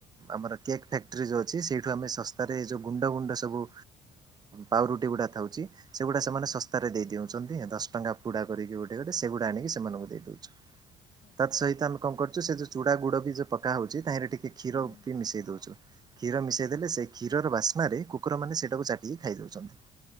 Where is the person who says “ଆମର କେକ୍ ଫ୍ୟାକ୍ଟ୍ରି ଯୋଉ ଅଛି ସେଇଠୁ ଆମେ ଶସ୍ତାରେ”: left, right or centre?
Right